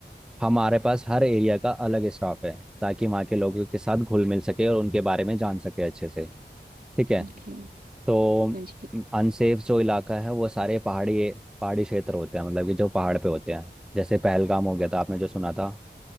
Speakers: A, in the centre; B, on the right (about 55°).
A: हमारे पास हर एरिया का अलग स्टाफ है ताकि वहाँ के लोगों के साथ घुल मिल सके और उनके बारे में जान सके अच्छे से ठीक है
B: ओके
A: तो
B: हाँ जी
A: अनसेफ जो इलाका है वो सारे पहाड़ी पहाड़ी क्षेत्र होते हैं मतलब कि जो पहाड़ पे होते हैं जैसे पहलगाम हो गया था आपने जो सुना था